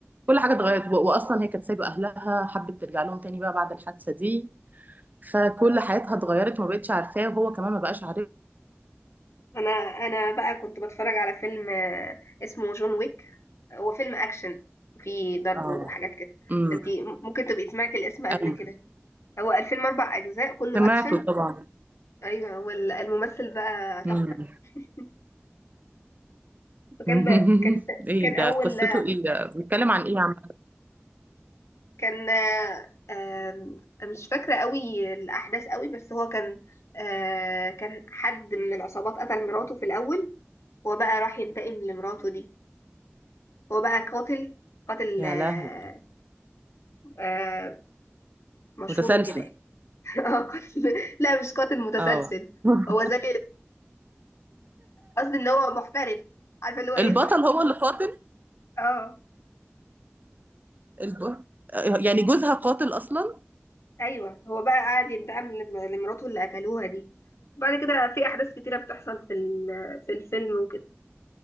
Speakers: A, on the right; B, on the left.
A: كل حاجه اتغيرت و- واصلا هي كانت سايبه اهلها حبت ترجع لهم تاني بقى بعد الحادثه دي فكل حياتها اتغيرت ما بقتش عارفاه وهو كمان ما بقاش عارف
B: انا انا بقى كنت بتفرج على فيلم آه، اسمه جون ويك هو فيلم اكشن وفيه ضرب
A: اه
B: وحاجات كده
A: امم
B: انتي م- ممكن تبقي سمعتي الاسم قبل
A: ايوه
B: كده هو الفيلم اربع اجزاء كله
A: سمعته
B: اكشن
A: طبعا
B: ايوه والممثل بقى تحفه
A: امم
B: <laughs>
A: <laughs>
B: فكان بقى كان
A: ايه
B: كان اول
A: ده قصته ايه ده بيتكلم عن ايه يا عم
B: كان آه، آم، مش فاكره قوي الاحداث قوي بس هو كان آه، كان حد من العصابات قتل مراته في الاول هو بقى راح ينتقم لمراته دي هو بقى قاتل قاتل
A: يا
B: آه،
A: لهوي
B: آه، مشهور
A: متسلسل
B: وكده يعني <laughs> آه، قاتل لا مش قاتل متسلسل
A: اه <laughs>
B: هو زي قصدي ان هو محترف عارفه اللي هو ايه
A: البطل
B: مح...
A: هو اللي قاتل
B: اه
A: الب... يعني جوزها قاتل اصلا
B: ايوه هو بقى قاعد ينتقم لم- لمراته اللي قتلوها دي بعد كده في احداث كتيره بتحصل في ال- في الفيلم وكده